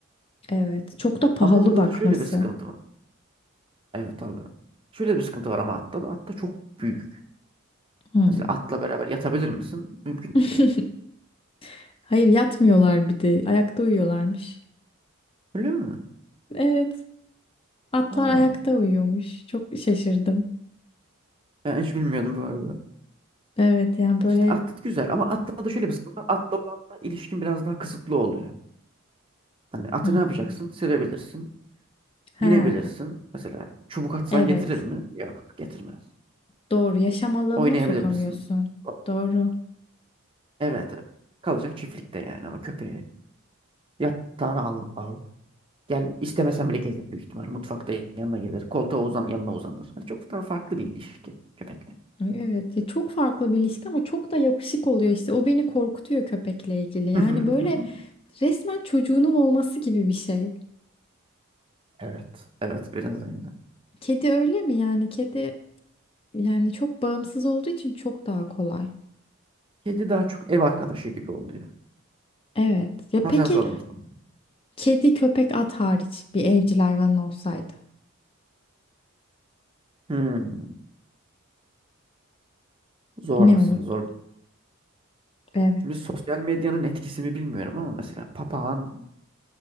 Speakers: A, on the left; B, on the right.
A: Evet çok da pahalı
B: Ama orada
A: bakması.
B: da şöyle bir sıkıntı var. Evet abi. Şöyle bir sıkıntı var ama atta da. Atta çok büyük.
A: Hmm.
B: Mesela atla beraber yatabilir misin? Mümkün
A: <laughs>
B: değil.
A: Hayır yatmıyorlar bir de ayakta uyuyorlarmış.
B: Öyle mi?
A: Evet atlar
B: Aa,
A: ayakta uyuyormuş. Çok şaşırdım.
B: ben hiç bilmiyordum bu arada.
A: Evet yani böyle
B: İşte at güzel ama atla da şöyle bir sıkıntı var. Atla olan da ilişkin biraz daha kısıtlı oluyor. Hani atı
A: hmm.
B: ne yapacaksın? Sevebilirsin.
A: Ha
B: Binebilirsin. Mesela çubuk atsan
A: evet.
B: getirir mi? Yok, getirmez.
A: Doğru. Yaşam alanına
B: Oynayabilir
A: sokamıyorsun.
B: misin? O-
A: Doğru.
B: Evet, evet. Kalacak çiftlikte yani ama köpeği yatağına al, al. Gel istemesen bile gelir büyük ihtimal. Mutfakta yanına gelir. Koltuğa uzan yanına uzanır. Hani çok daha farklı bir ilişki köpekle.
A: Ay, Evet. Ya çok farklı bir ilişki ama çok da yapışık oluyor işte. O beni korkutuyor köpekle ilgili. Yani
B: <laughs>
A: böyle resmen çocuğunun olması gibi bir şey.
B: Evet. Evet biraz öyle.
A: Kedi öyle mi yani? Kedi yani çok bağımsız olduğu için çok daha kolay.
B: Kedi daha çok ev arkadaşı gibi oluyor.
A: Evet. Ya
B: Ama
A: peki
B: sen sorumlusun.
A: kedi, köpek, at hariç bir evcil hayvanın olsaydı
B: Hmm, zor
A: ne
B: aslında
A: olurdu?
B: zor.
A: Evet.
B: Şimdi sosyal medyanın etkisi mi bilmiyorum ama mesela papağanlar